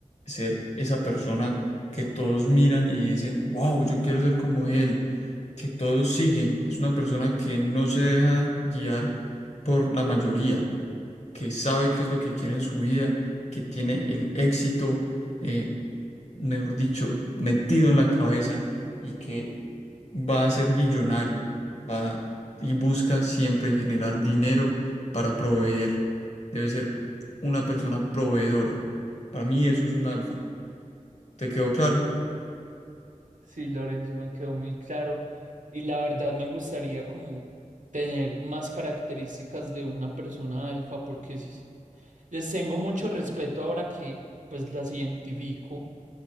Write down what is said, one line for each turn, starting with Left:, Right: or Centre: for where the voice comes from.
Left: ser esa persona que todos miran y dicen, wow, yo quiero ser como él, que todos siguen. Es una persona que no se deja guiar por la mayoría. que sabe qué es lo que quiere en su vida, que tiene el éxito, eh, mejor dicho, metido en la cabeza y que va a ser millonario, va y busca siempre generar dinero para proveer. Debe ser una persona proveedora. Para mí eso es un alfa. ¿Te quedó claro?
Right: Sí, Lorenzo, me quedó muy claro. Y la verdad me gustaría como tener más características de una persona alfa, porque sí, sí, les tengo mucho respeto ahora que pues las identifico